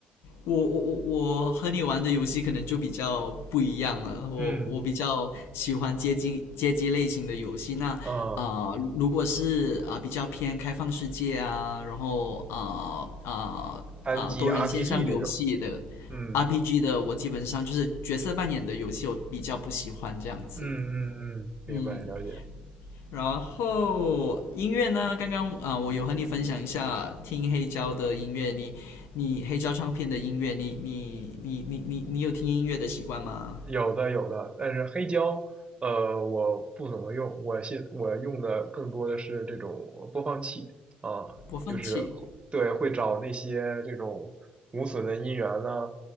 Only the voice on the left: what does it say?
我我我我和你玩的游戏可能就比较不一样了，我我比较喜欢街机街机类型的游戏。
那啊，
如果是啊、呃比较偏开放世界啊，然后啊啊啊多人线上游戏的
RPG 的，我基本上就是角色扮演的游戏，我比较不喜欢这样子。
嗯，然后音乐呢？刚刚啊、呃我有和你分享一下听黑胶的音乐，你你黑胶唱片的音乐，你你你你你你有听音乐的习惯吗？
播放器，